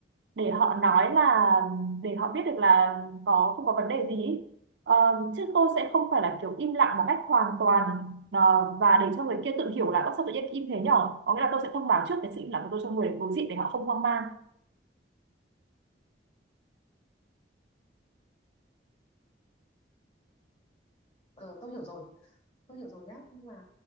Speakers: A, on the right; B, on the left.
A: để họ nói là để họ biết được là có không có vấn đề gì ý. Ờ, chứ tôi sẽ không phải là kiểu im lặng một cách hoàn toàn ờ, và để cho người kia tự hiểu là "Ơ, sao tự nhiên im thế nhở có nghĩa là tôi sẽ thông báo trước cái sự im lặng của tôi cho người đối diện để họ không hoang mang
B: ờ, tôi hiểu rồi tôi hiểu rồi nhá nhưng mà